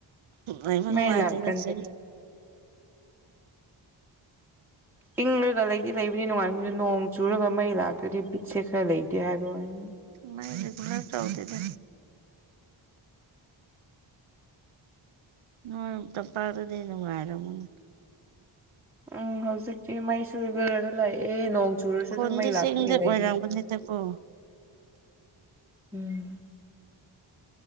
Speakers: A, on the right; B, in the centre.
A: ꯑꯩꯕꯨ
B: ꯃꯩ
A: ꯅꯨꯡꯉꯥꯏꯖꯦ
B: ꯂꯥꯛꯀꯟꯗꯕꯅꯤ
A: ꯆꯠꯁ
B: ꯏꯪꯉꯒ ꯂꯩꯗꯤ ꯂꯩꯕꯗꯤ ꯅꯨꯡꯉꯥꯏ ꯅꯣꯡ ꯆꯨꯔꯒ ꯃꯩ ꯂꯥꯛꯇ꯭ꯔꯗꯤ ꯕꯤꯠꯁꯦ ꯈꯔ ꯂꯩꯇꯦ ꯍꯥꯏꯕ ꯋꯥꯅꯤ
A: ꯅꯒꯅ ꯆꯥꯎꯧꯗꯗ ꯅꯣꯏ ꯇ ꯄꯥꯔꯗꯅ ꯉ ꯍꯥꯏꯔ ꯃꯨꯅ
B: ꯎꯝ ꯍꯧꯖꯤꯛꯇꯤ ꯃꯩꯁꯨꯔꯤ ꯂꯥꯛꯑꯦ ꯅꯣꯡ ꯆꯨꯔꯁꯨ
A: ꯈꯨꯟꯗꯤ
B: ꯑꯗꯨꯝ ꯃꯩ ꯂꯥꯛꯄꯒꯤ
A: ꯆꯤꯡꯗ
B: ꯂꯩ
A: ꯑꯣꯏꯔꯝꯒꯅꯤꯗꯀꯣ
B: <unintelligible> ꯎꯝ